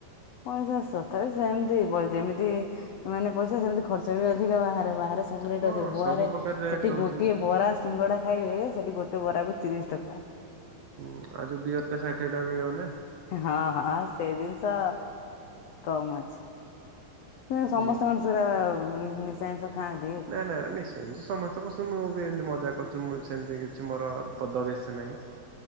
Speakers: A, on the left; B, on the right.
A: ପଇସା ତଥାପି ସେମିତି ଯେମିତି ମାନେ ପଇସା ସେମିତି ଖର୍ଚ୍ଚ ବି ଅଧିକ ବାହାରେ ବାହାରେ ସବୁ ରେଟ
B: ହଁ
A: ଅଧିକ ଗୋଆରେ
B: ସବୁ ପ୍ରକାର ରେଟ୍
A: ସେଠି
B: ରହୁଛି
A: ଗୋଟିଏ
B: ନା
A: ବରା ସି ସିଙ୍ଗଡା ଖାଇବେ ସେଠି ଗୋଟେ ବରା କୁ ତିରିଶ ଟଙ୍କା।
B: ହୁଁ ଆଉ ଯୋଉ ବିୟର ଟା ଷାଠିଏ ଟଙ୍କା ମିଳିବ ନା।
A: ହଁ ହଁ ସେ ଜିନିଷ କମ୍ ଅଛି। ସେ ସମସ୍ତଙ୍କର
B: ହୁଁ
A: ସେରା ନିଶା ଜିନିଷ। ଖାଆନ୍ତି।
B: ନା ନା ନିଶ୍। ସେମିତି ସମସ୍ତ ଙ୍କ ସହ ମୁଁ ବି ଏମିତି ମଜା କରୁଚି ମୁଁ ସେମିତି କିଛି ମୋର ବଦଅଭ୍ୟାସ ନାହିଁ।